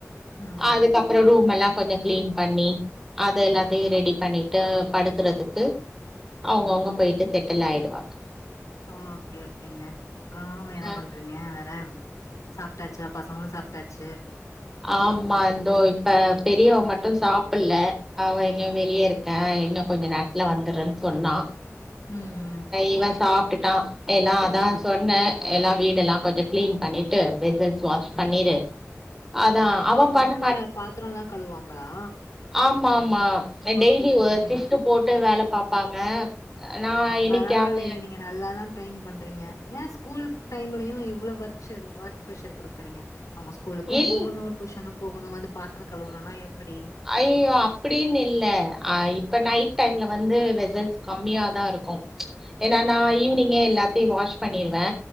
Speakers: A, on the left; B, in the centre.
A: ம்
B: அதுக் அப் அப்றோ ரூம் எல்லா கொஞ்சோ கிளீன் பண்ணி அது எல்லாத்தையு ரெடி பண்ணிட்டு படுக்குறதுக்கு அவுங்க அவுங்க போயிட்டு செட்டில் ஆயிடுவாங்க
A: ஓகே ஓகேங்க அப்றோ என்ன
B: அஹ்
A: பண்றீங்க வேற சாப்பிட்டாச்சா பசங்களு சாப்பிட்டாச்சு
B: ஆமா இந்தோ இப்ப பெரியவ மட்டு சாப்பல்ல அவ எங்க வெளியே இருக் கா இன்னும் கொஞ்ச நேரத்துல வந்தர்றன்னு சொன்னா
A: ம் ம்
B: இவ சாப்ட்டுட்டா எல்லா அதா சொன்னே எல்லா வீடல்லா கொஞ்சோ கிளீன் பண்ணிட்டு வெசல்ஸ் வாஷ் பண்ணிரு அதா அவ
A: ஓ பசங்க
B: பண்ண
A: பாத்தரோல்லா கழுவாங்களா
B: ஆமாமா
A: ஓகே
B: டெய்லி
A: ஓகே
B: சிப்டு போட்டு வேல பாப்பாங்க நா இன்னைக்கு
A: பரவால்லயே
B: அவ
A: நீங்க நல்லா தா ட்ரெயின் பண்றீங்க ஏன் ஸ்கூல் டைம்லயு இவளோ வொர் ஷெட்யூல் ஒர்க் ப்ரஷர் குடுக்குறீங்க அவுங்க ஸ்கூலுக்கு
B: இல்
A: போகணு டியூஷனு போகணு வந்து பாத்தரம் கழுவணுன்னா எப்பிடி
B: அய்யோ அப்படின்னு இல்ல அ இப்ப நைட் டைம்ல வந்து வெசல் கம்மியா தா இருக்கு ஏன்னா நா ஈவி்னிங்கே எல்லாத்தையு வாஷ் பண்ணிருவே